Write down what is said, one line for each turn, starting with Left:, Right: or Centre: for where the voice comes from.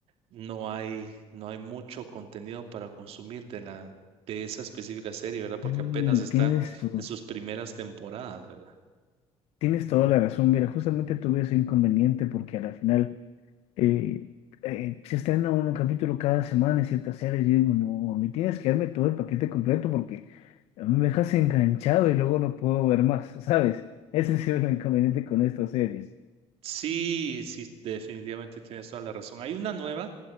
Right: no hay, no hay mucho contenido para consumir de la, de esa específica serie, ¿verdad? Porque
Left: sí
Right: apenas está
Left: tienes tu,
Right: en sus primeras temporadas, ¿verdad?
Left: tienes toda la razón. Mira, justamente tuve ese inconveniente porque a la final eh, eh, se estrena un capítulo cada semana en ciertas series. Yo digo, no, a mí tienes que darme todo el paquete completo porque a mí me dejas enganchado y luego no puedo ver más, <laughs> ¿sabes? Ese ha sido el inconveniente con estas series.
Right: Sí, sí, definitivamente tienes toda la razón. Hay una nueva